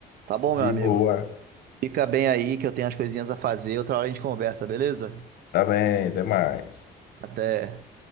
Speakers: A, on the right; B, on the left.
A: Tá bom,
B: De
A: meu amigo?
B: boa.
A: Fica bem aí que eu tenho as coisinhas a fazer. Outra hora a gente conversa, beleza?
B: Tá bem, demais.
A: Até.